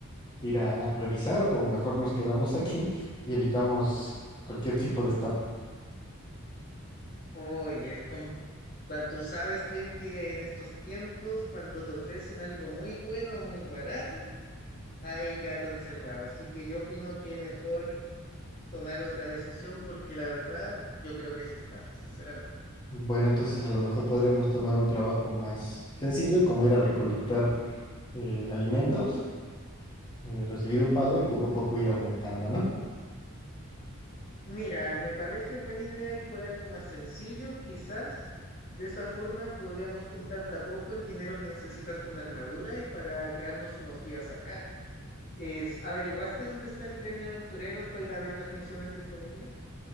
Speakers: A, on the left; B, on the left.
A: ir a revisar o mejor nos quedamos aquí y evitamos cualquier tipo de estafa?
B: Oye, es con... pa- Tú sabes bien que en estos tiempos, cuando te ofrecen algo muy bueno, muy barato, Hay gato encerrado, así que yo opino que mejor tomar otra decisión porque la verdad yo creo que es estafa, sinceramente.
A: Bueno, entonces a lo mejor podríamos tomar un trabajo más sencillo, como ir a recolectar eh, alimentos, eh, recibir un pago y poco a poco ir aumentando, ¿no?
B: Mira, me parece buena idea ir por algo más sencillo, quizás. De esa forma podríamos juntar de a poco el dinero que necesitas para una armadura y para quedarnos unos días acá. Es, ¿averiguaste dónde está el gremio Aventureros para ir a ver las misiones disponibles?